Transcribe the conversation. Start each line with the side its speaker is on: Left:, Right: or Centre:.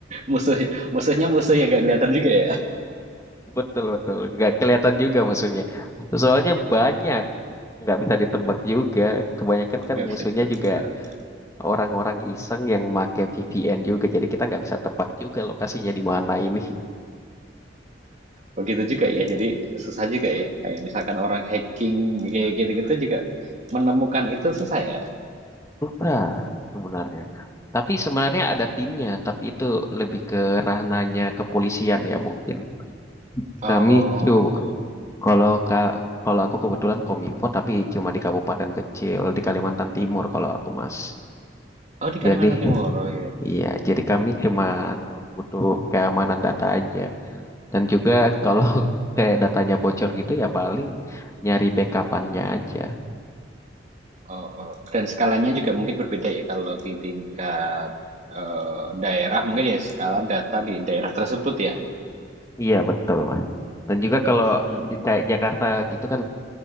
Right: Musuh musuhnya musuh yang nggak kelihatan juga ya.
Left: Betul betul nggak kelihatan juga musuhnya. Soalnya banyak nggak bisa ditebak juga. Kebanyakan kan
Right: Nggak bisa
Left: musuhnya
Right: ditebak.
Left: juga orang-orang iseng yang make VPN juga. Jadi kita nggak bisa tebak juga lokasinya di mana ini.
Right: Begitu juga ya. Jadi susah juga ya. Kayak misalkan orang hacking kayak gitu-gitu juga menemukan itu susah ya.
Left: Susah sebenarnya. Tapi sebenarnya ada timnya. Tapi itu lebih ke ranahnya kepolisian ya mungkin.
Right: Oh,
Left: Kami coba kalau ka- kalau aku kebetulan kominfo tapi cuma di kabupaten kecil di Kalimantan Timur kalau aku mas.
Right: oh di Kalimantan
Left: Jadi
Right: Timur. Oh ya.
Left: Iya, jadi kami cuma anu, butuh keamanan data aja. Dan juga kalau <laughs> kayak datanya bocor gitu ya paling nyari backupannya aja.
Right: Oh, oh. Dan skalanya juga mungkin berbeda ya kalau di tingkat eh, daerah mungkin ya skala data di daerah tersebut ya.
Left: Iya betul mas. Dan juga kalau
Right: Mm, mm,
Left: di kayak Jakarta
Right: mm.
Left: gitu kan